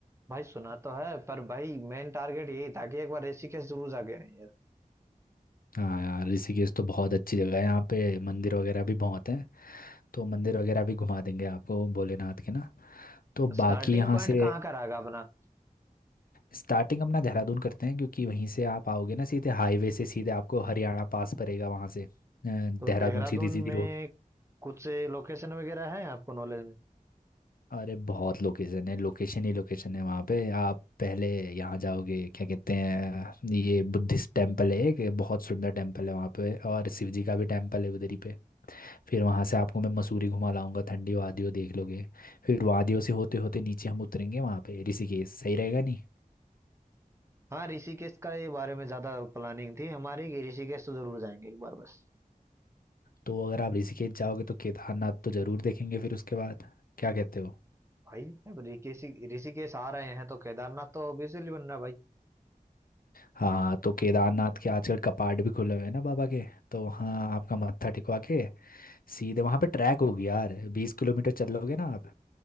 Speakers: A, on the right; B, on the left.
A: भाई सुना तो है पर भाई मेन टारगेट यही था कि एक बार ऋषिकेश जरूर जाके आए यार
B: हाँ यार ऋषिकेश तो बहुत अच्छी जगह है यहाँ पे मंदिर वगैरह भी बहुत हैं तो मंदिर वगैरह भी घुमा देंगे आपको भोलेनाथ के ना तो
A: स्टार्टिंग
B: बाकी यहाँ
A: पॉइंट
B: से
A: कहाँ का रहेगा अपना
B: स्टार्टिंग अपना देहरादून करते हैं क्योंकि वहीं से आप आओगे ना सीधे हाईवे से सीधे आपको हरियाणा पास पड़ेगा वहाँ से अ, देहरादून
A: तो देहरादून
B: सीधी सीधी
A: में
B: रोड
A: कुछ लोकेशन वगैरह है आपको नॉलेज में
B: अरे बहुत लोकेशन है लोकेशन ही लोकेशन है वहाँ पे आप पहले यहाँ जाओगे क्या कहते हैं ये बुद्धिस्ट टेम्पल है एक बहुत सुंदर टेम्पल है वहाँ पे और शिव जी का भी टेम्पल है उधर ही पे फिर वहाँ से आपको मैं मसूरी घुमा लाऊंगा ठंडी वादियों देख लोगे फिर वादियों से होते होते नीचे हम उतरेंगे वहाँ पे ऋषिकेश सही रहेगा नहीं
A: हाँ ऋषिकेश का ये बारे में ज्यादा प्लानिंग थी हमारी कि ऋषिकेश तो जरूर जाएंगे एक बार बस
B: तो अगर आप ऋषिकेश जाओगे तो केदारनाथ तो ज़रूर देखेंगे फिर उसके बाद क्या कहते हो
A: भाई जब ऋषिकेश ऋषिकेश आ रहे हैं तो केदारनाथ तो ऑब्वियसली बनना है भाई
B: हाँ तो केदारनाथ के आजकल कपाट भी खुले हुए हैं ना बाबा के तो वहाँ आपका मत्था टिकवा के सीधे वहाँ पे ट्रैक होगी यार बीस किलोमीटर चल लोगे ना आप